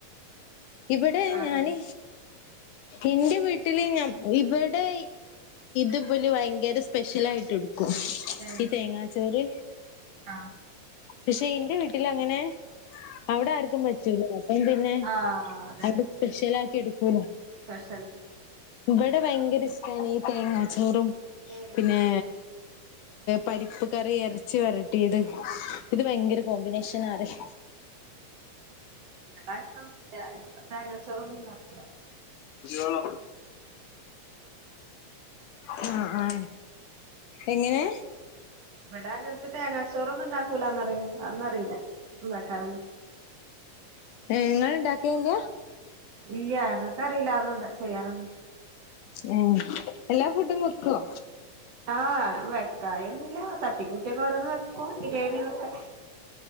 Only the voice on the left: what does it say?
ഇവിടെ
ഞാന് എന്റെ വീട്ടില് ഞാൻ ഇവിടെ ഇത്പലി ഭയങ്കര സ്പെഷ്യൽ ആയിട്ട് എടുക്കും
ഈ തേങ്ങാച്ചോറ്
പക്ഷെ എന്റെ വീട്ടിൽ അങ്ങനെ അവിടെ ആർക്കും പറ്റൂല അപ്പം പിന്നെ
അ സ്പെഷ്യല ആക്കി എടുക്കൂല
ഇവിടെ ഭയങ്കര ഇഷ്ടമാണ് ഈ തേങ്ങാച്ചോറും
പിന്നെ പരിപ്പ് കറി ഇറച്ചി വരട്ടിയത്
ഇത് ഭയങ്കര കോമ്പിനേഷനാ റിം
അള ആ ആ എങ്ങനെ
നിങ്ങൽ ഇണ്ടാകേല
ഉം എല്ലാ ഫുഡും വെക്കുവോ